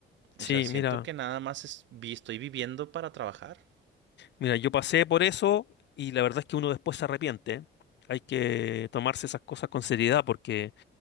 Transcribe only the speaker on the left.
Sí,
mira,
mira, yo pasé por eso y la verdad es que uno después se arrepiente, ¿eh? Hay que tomarse esas cosas con seriedad porque